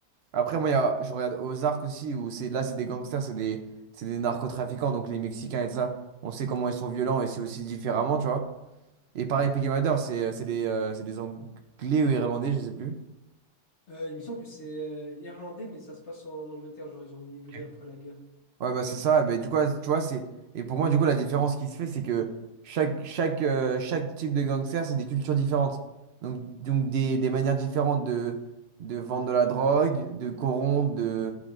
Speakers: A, on the right (about 85°); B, on the left (about 45°).
A: Après, moi, il y a- je regarde Ozark aussi, où c'est là, c'est des gangsters, c'est des, c'est des narcotrafiquants, donc les Mexicains et tout ça, on sait comment ils sont violents et c'est aussi différemment, tu vois. Et pareil, Peaky Blinders, c'est euh, c'est des, euh, c'est des Anglais ou Irlandais, je sais plus.
B: Euh, il me semble que c'est euh, irlandais, mais ça se passe en Angleterre, genre ils ont immigré
A: Ok.
B: après la guerre.
A: Ouais, bah c'est ça. Mais du coup, ouais, tu vois, c'est. Et pour moi, du coup, la différence qui se fait, c'est que chaque, chaque, euh, chaque type de gangster, c'est des cultures différentes. Donc, donc des, des manières différentes de, de vendre de la drogue, de corrompre, de,